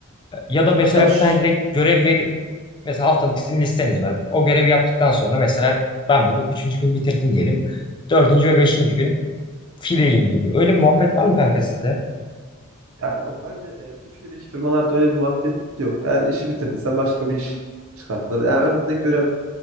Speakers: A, on the left; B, on the right.
A: Ya da mesela
B: Ya, ş-
A: bir tane direkt görev ver Mesela haftalık sizin listeniz var. O görevi yaptıktan sonra mesela ben bunu üçüncü gün bitirdim diyelim. Dördüncü ve beşinci gün fileyim gibi. Öyle bir muhabbet var mı kanka sizde?
B: ya yok bence e, Türkiye'deki firmalarda öyle bir muhabbet yok. Eğer işi bitirdiysen başka bir iş çıkartırlar. Yani örnek veriyorum